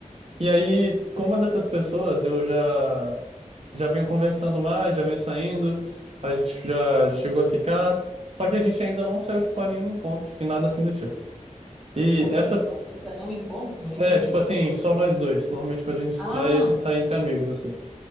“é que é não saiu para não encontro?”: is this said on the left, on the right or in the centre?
Centre